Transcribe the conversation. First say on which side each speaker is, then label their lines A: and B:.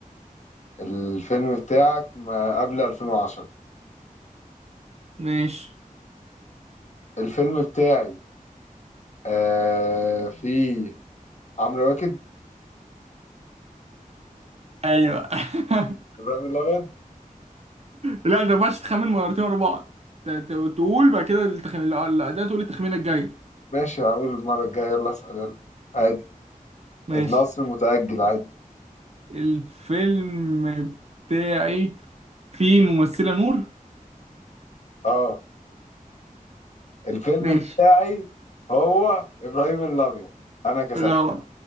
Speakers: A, on the left; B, on the right.
A: الفيلم بتاعك ما قبل 2010
B: ماشي
A: الفيلم بتاعي آه فيه عمرو واكد
B: ايوه <laughs>
A: إبراهيم الأبيض
B: لا انت ما ينفعش تخمن مرتين ورا بعض ت- ت- تقول بعد كده التخ... ده تقول التخمينه الجايه
A: ماشي هقول المرة الجاية يلا اسأل يلا عادي
B: ماشي
A: النصر متأجل عادي
B: الفيلم بتاعي فيه ممثله نور
A: اه الفيلم
B: ماشي
A: بتاعي هو إبراهيم الأبيض أنا كسبت
B: غلط